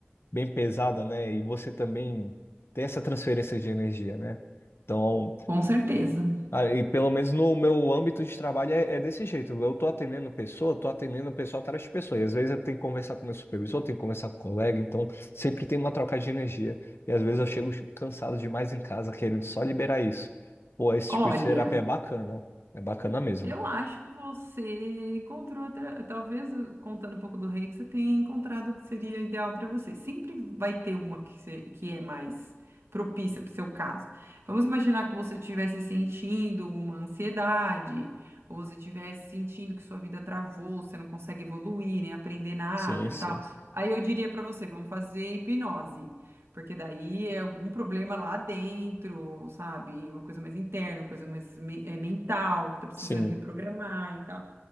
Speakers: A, on the left; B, on the right.
A: bem pesada, né? E você também tem essa transferência de energia, né? Então,
B: Com certeza.
A: ah, e pelo menos no meu âmbito de trabalho é, é desse jeito. Eu tô atendendo pessoa, tô atendendo pessoa atrás de pessoa. E às vezes eu tenho que conversar com meu supervisor, tenho que conversar com o colega, então sempre tem uma troca de energia. E às vezes eu chego cansado demais em casa, querendo só liberar isso. Pô, esse
B: Olha,
A: tipo de terapia é bacana. É bacana mesmo.
B: eu acho que você encontrou, outra- talvez contando um pouco do rei, que você tenha encontrado o que seria ideal para você. Sempre vai ter uma que, se- que é mais propícia para o seu caso. Vamos imaginar que você estivesse sentindo uma ansiedade, ou você estivesse sentindo que sua vida travou, você não consegue evoluir, nem aprender nada,
A: Sim, sim.
B: tal. Aí eu diria para você, vamos fazer hipnose. Porque daí é algum problema lá dentro, sabe? Uma coisa mais interna, uma coisa mais me- eh, mental, que tá precisando
A: Sim,
B: reprogramar e tal.